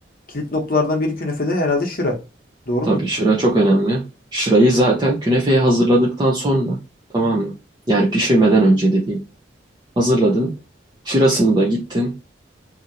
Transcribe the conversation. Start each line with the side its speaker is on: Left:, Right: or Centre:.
Left: kilit noktalardan biri künefede herhalde şıra. Doğru
Right: Tabii
Left: muyum?
Right: şıra çok önemli. Şırayı zaten künefeyi hazırladıktan sonra tamam mı? Yani pişirmeden önce dediğim. Hazırladın. Şırasını da gittin.